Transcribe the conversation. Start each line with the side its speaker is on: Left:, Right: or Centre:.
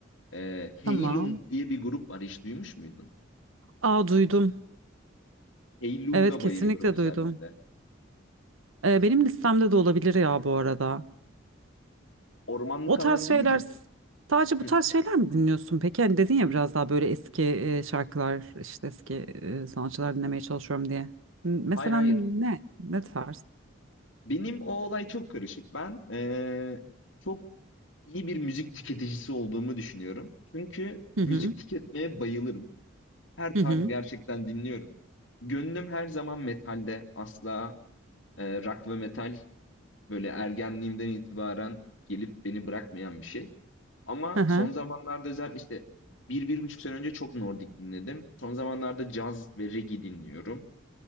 Left: Eee Heylung
Right: tamam.
Left: diye bir grup var. Hiç duymuş muydun?
Right: Aa duydum.
Left: Heylung'a
Right: Evet kesinlikle
Left: bayılıyorum özellikle.
Right: duydum. E, benim listemde de olabilir ya bu arada.
Left: Ormanlık
Right: O tarz
Left: alan
Right: şeyler
Left: deyince.
Right: s- sadece bu
Left: Hı.
Right: tarz şeyler mi dinliyorsun peki? Hani dedin ya biraz daha böyle eski e, şarkılar işte eski e, sanatçılar dinlemeye çalışıyorum diye. M- Mesela
Left: Hayır hayır.
Right: ne? Ne tarz?
Left: Benim o olay çok karışık. Ben eee, çok iyi bir müzik tüketicisi olduğumu düşünüyorum. Çünkü
Right: Hı hı,
Left: müzik tüketmeye bayılırım. Her
Right: hı
Left: tarz
Right: hı,
Left: gerçekten dinliyorum. Gönlüm her zaman metalde. Asla eee rock ve metal böyle ergenliğimden itibaren gelip beni bırakmayan bir şey. Ama
Right: hı hı.
Left: son zamanlarda özellikle işte bir, bir buçuk sene önce çok Nordik dinledim. Son zamanlarda caz ve reggae dinliyorum.